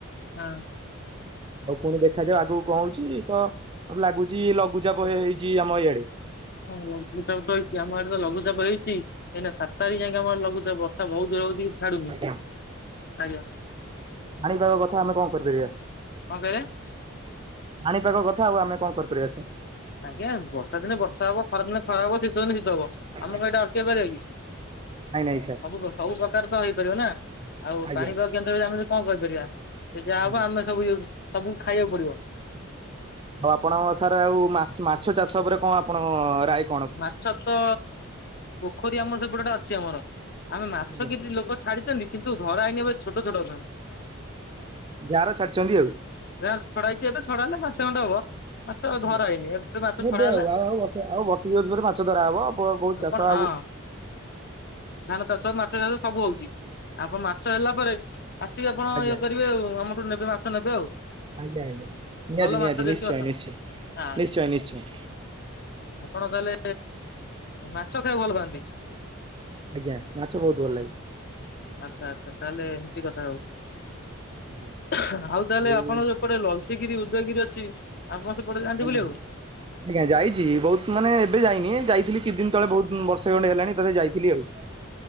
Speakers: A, on the left; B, on the right.
A: ହଁ
B: ହ ଆଉ କୁଣି ଦେଖାଯାଉ ଆଗକୁ କହୁଛି ତ ଲାଗୁଛି ଲଘୁଚାପ ହେଇଛି ଆମ ଏଇଆଡେ
A: ହଁ ଲଘୁଚାପ ତଇଛି ଆମ ଏଡେ ତ ଲଘୁଚାପ ହେଇଛି ଏଇନା ସାତ ତାରିଖ ଯାଏ ଆମର ଲଘୁଚାପ ତ ବହୁ ଯୋରେ ହଉଛି ଛାଡୁନି
B: ଆଜ୍ଞା।
A: ଆଜ୍ଞା!
B: ପାଣିପଗ କଥା ଆମେ କଣ କରିପାରିବା
A: କଣ କହିଲେ
B: ପାଣିପାଗ କଥା ଆଉ ଆମେ କଣ କରିପାରିବା ସାର୍।
A: ଆଜ୍ଞା ବର୍ଷା ଦିନ ବର୍ଷା ହବ ଖରା ଦିନେ ଖରା ହବ ଶୀତ ଦିନ ଶୀତ ହବ
B: ଆଜ୍ଞା।
A: ଆମ କ ଏଟା ାର କି ସବୁ
B: ନାଇଁ ନାଇଁ ସାର୍
A: ସବୁ ପ୍ରକାର ତ ହେଇପାରିବ ନା ଆଉ
B: ଆଜ୍ଞା
A: ପାଣିପାଗ ଆମେ କଣ କହିପାରିବା ଯାହା
B: ଆଜ୍ଞା।
A: ହବ ଆମେ ସବୁ ଏ ସବୁ ଖାଇବାକୁ ପଡିବ
B: ଆଉ ଆପଣ ସାର୍ ଆଉ ମା ମାଛ ଚାଷ ଉପରେ କଣ ଆପଣ ରାଏ
A: ମାଛ ତ ପୋଖରୀ ଆମର ସେପଟେଟା ଅଛି ଆମର ଆମେ ମାଛ
B: ଆଜ୍ଞା
A: କି ଲୋକ ଛାଡ଼ିଛନ୍ତି କିନ୍ତୁ ଧରା ହେଇନି ଏବେ ଛୋଟ ଛୋଟ ଅଛନ୍ତି।
B: ଯାହର ଛାଡିଛନ୍ତି ଆଉ
A: ଯାର ଛଡା ହେଇଛି ଏବେ ଛଡା ହେଲେ ମାସେ ଖଣ୍ଡେ ହବ ମାଛ
B: ଆଜ୍ଞା
A: ଧରା ହେଇନି ଏବେ ମାଛ
B: ଏବେ
A: ଛଡା ହେଲା
B: ଆଉ ଆଉ ଆଉ ଆଉ ବର୍ଷେ ଦୁଇ ବର୍ଷେ ପରେ ମାଛ ଧରା ହବ ବ ବହୁତ
A: ଆପଣ
B: ଚାଷ ଆବୁ
A: ହଁ ଧାନ ଚାଷ ମାଛ ଚାଷ ସବୁ ହଉଛି ଆଗ ମାଛ ହେଲା ପରେ ଆସିକି ଆପଣ
B: ଆଜ୍ଞା
A: ଇଏ କରିବେ ଆଉ ଆମ ନେବେ ମାଛ ନେବେ ଆଉ
B: ଆଜ୍ଞା ଆଜ୍ଞା ନିହାଦି
A: ଭଲ
B: ନିହାଦି
A: ମାଛ ଦେଶୀ
B: ନିଶ୍ଚୟ
A: ମାଛ
B: ନିଶ୍ଚୟ
A: ହଁ।
B: ନିଶ୍ଚୟ ନିଶ୍ଚୟ
A: ଆପଣ ତାହେଲେ ମାଛ ଖାଇବାକୁ ଭଲ ପାଆନ୍ତି?
B: ଆଜ୍ଞା ମାଛ ବହୁତ ଭଲ ଲାଗେ।
A: ଆଛା ଆଛା ତାହେଲେ ଏମିତି କଥା ହଉ।
B: ଆଜ୍ଞା
A: ଆଉ ତାହେଲେ
B: ଆଉ
A: ଆପଣଙ୍କ ଯୋପଟେ ଲଲତିଗିରି ଉଦୟଗିରି ଅଛି ଆମ ସେପଟେ ଯାଆନ୍ତି
B: ଆଜ୍ଞା
A: ବୁଲିବାକୁ?
B: ଆଜ୍ଞା। ଆଜ୍ଞା ଯାଇଛି ବହୁତ ମାନେ ଏବେ ଯାଇନି ଯାଇଥିଲି କିଛି ଦିନ ତଳେ ବହୁ ବର୍ଷ ଖଣ୍ଡେ ହେଲାଣି ଥରେ ଯାଇଥିଲି ଆଉ